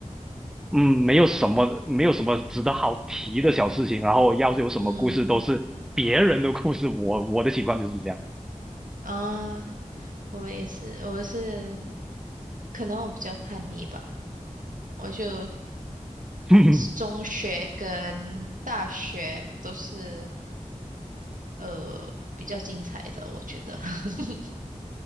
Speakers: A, in the centre; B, on the right.
A: 嗯，没有什么，没有什么值得好提的小事情。然后要是有什么故事，
B: 嗯
A: 都是别人的故事。我我的情况就是这样。
B: 啊，我也是，我是，可能我比较叛逆吧，我就。
A: <laughs>
B: 中学跟大学都是呃比较精彩的，我觉得。<laughs>